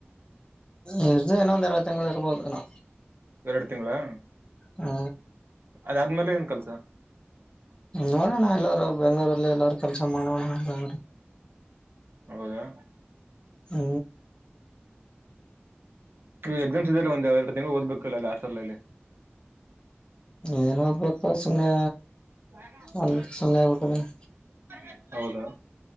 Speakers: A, on the left; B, on the right.
A: ಈವರದು ಏನೊ ಒಂದ ಅರ್ಧ ತಿಂಗಳ್ ಇರಬಹುದು ಏನೋ
B: ಎರಡ್ ತಿಂಗಳ..
A: ಹು
B: ಅದ ಆದ್ಮೇಲೆ ಏನ್ ಕೆಲ್ಸ
A: ನೋಡೋಣ ಎಲ್ಲರು ಬೆಂಗಳೂರಲ್ಲಿ ಎಲ್ಲಾರ ಕೆಲಸ ಮಾಡೋಣ ಹಂಗ
B: ಹೌದಾ
A: ಹ್ಮ
B: ನೀ ಎಕ್ಸಾಮ್ಸ್ ಇದದೆಲ್ಲ ಒಂದೆ ಎರ ಎರಡು ತಿಂಗಳು ಓದಬೇಕ ಅಲ್ಲಿ ಹಾಸ್ಟೆಲ್ ಅಲ್ಲಿ
A: ಏನ್ ಓದಬೇಕ್ ಪಾ ಸುಮ್ನೆ.
B: <unintelligible>
A: ಅ ಸುಮ್ನೆ ಆಗ್ಬಿಟ್ಟಿದೀನಿ
B: ಹೌದಾ